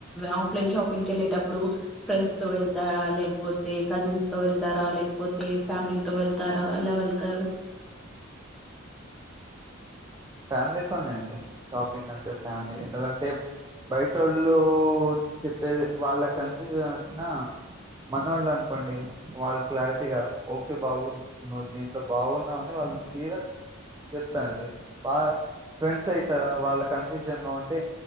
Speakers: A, in the centre; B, on the right.
A: ఆఫ్లైన్ షాపింగ్కి వెళ్ళేటప్పుడు ఫ్రెండ్స్ తో వెళ్తా లేకపోతే కజిన్స్ తో వెళ్తారా లేకపోతే ఫ్యామిలీతో వెళ్తారా ఎలా వెళ్తారు
B: ఫ్యామిలీతోనే అండి షాపింగ్ అంటే ఫ్యామిలీ ఎందుకంటే బయట వాళ్ళు చెప్పే వాళ్ళకి కన్ఫ్యూజన్ వచ్చిన మనోళ్లు లని అనుకోండి వాళ్ళు క్లారిటీగా ఓకే బాబు నువ్వు దీంట్లో బాగున్నావని వాళ్ళు సిరియస్ చెప్తా అండి బాగా ఫ్రెండ్స్ అయితే వాళ్ళ కన్ఫ్యూజన్ లో ఉంటే